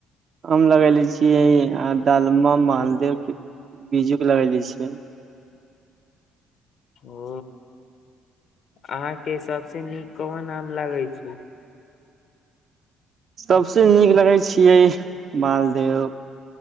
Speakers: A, on the right; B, on the left.
A: आम लगेले छियै आ दालमा, मालदे की बीजू के लगैले छियै।
B: ओ अहाँके सबसे नीक कोन आम लगै छै
A: सभसें नीक लगै छियै मालदेव